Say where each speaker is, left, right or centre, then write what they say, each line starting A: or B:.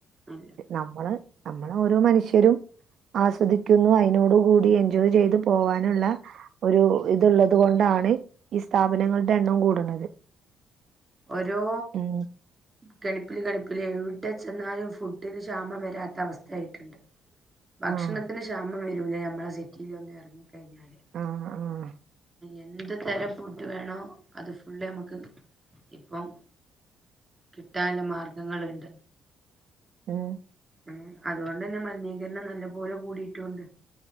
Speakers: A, on the right; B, on the right.
A: അതെ
B: നമ്മള് നമ്മള ഓരോ മനുഷ്യരും ആസ്വദിക്കു
A: ഉം
B: ന്നു അതിനോട് കൂടി എൻജോയ് ചെയ്ത് പോകാനുള്ള ഒരു ഇത്ള്ളത് കൊണ്ടാണ് ഈ സ്ഥാപനങ്ങളുടെ എണ്ണം കൂടുന്നത്
A: ഒരോ
B: ഉം
A: കടുപ്പില് കടുപ്പില് എവിടെ ചെന്നാലും ഫുഡിന് ക്ഷാമം വരാത്ത അവസ്ഥയായിട്ടുണ്ട് ഭക്ഷണത്തിന്
B: ആഹ്
A: ക്ഷാമം വരൂല ഞമ്മളെ സിറ്റിൽ ഒന്ന് ഇറങ്ങി കഴിഞ്ഞാല്
B: ആഹ് ആഹ്
A: എന്ത് തരം ഫുഡ് വേണോ അത് ഫുള് നമുക്ക് കിട്ടും ഇപ്പം കിട്ടാന് മാർഗങ്ങളുണ്ട്
B: ഉം
A: ഉം അതുകൊണ്ട് തന്നെ മലിനീകരണം നല്ലപോലെ കൂടിയിട്ടും ഉണ്ട്